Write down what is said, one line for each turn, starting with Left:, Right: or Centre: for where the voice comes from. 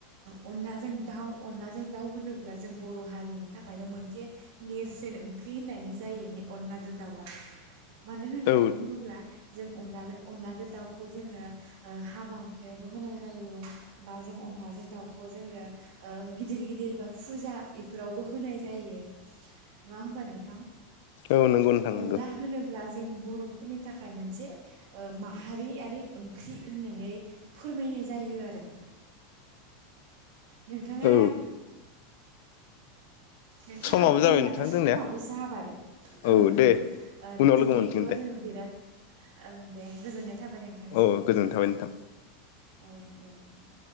Right: ओ अनलाजों दाउ अनलाजों दाउ होनोब्ला जों बर हारिनि थाखायनो मोनसे नेरसोन ओंख्रि होननायनो जायो अलनादो दाउआ मानो होननानै
Left: औ
Right: बुंङोब्ला जों अनला अनलाजों दाउखौ जोंङो हाबा हुखायावबो होनाय जायो बा जों अनलाजों दाउखौ जोंङो ओ गिदिर गिदिर बा फुजा इफोरावबो होनाय जायो नङा होमबा नोंथां
Left: औ नंगौ नोंथां नोंगौ
Right: अनला होनोब्ला जों बरफोरनि थाखाय मोनसे ओ माहारियारि ओंख्रि होननानै फोरमायनाय जायो आरो नोंथाङा
Left: औ
Right: नोंथां
Left: समाबो जाबाय
Right: जोंनाथ
Left: नोंथां
Right: समाबो
Left: जोंनिया
Right: जाबाय
Left: औ
Right: ओं
Left: दे
Right: ओं ओ
Left: उनाव
Right: दिनैथ
Left: लोगो मोनसिगोन
Right: जोंङो
Left: दे
Right: बिराद ओं दे गोजोननाय थाबाय नोंथांसिम
Left: औ
Right: औ
Left: गोजोननाय थाबाय नोंथां
Right: दे नोंथां